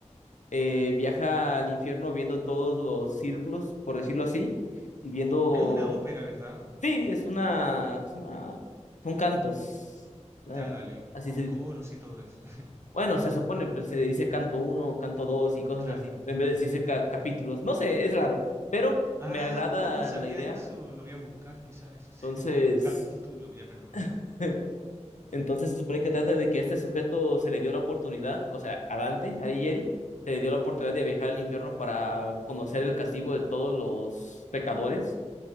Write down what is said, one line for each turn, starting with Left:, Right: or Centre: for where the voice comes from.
Left: eh, viaja al infierno viendo todos los círculos, por decirlo así, y viendo...
Right: Es una ópera, ¿verdad?
Left: Sí, es una... es una- Son cantos.
Right: Ya
Left: Ah,
Right: dale,
Left: Así
Right: con
Left: se...
Right: coros y todo eso.
Left: Bueno, se supone, pues se dice canto uno, canto dos y cosas
Right: <laughs> Claro.
Left: así, en vez de decirse ca- capítulos. No sé, es raro, pero
Right: Ah,
Left: me agrada
Right: hoy no sabía
Left: la idea.
Right: eso. Lo voy a buscar, quizás eso sea.
Left: Entonces...
Right: <laughs> Capítulo, ya perdón.
Left: <laughs> Entonces se supone que trata de que este sujeto se le dio la oportunidad, o sea, a Dante, a Alighieri, se le dio la oportunidad de viajar al infierno para conocer el castigo de todos los pecadores.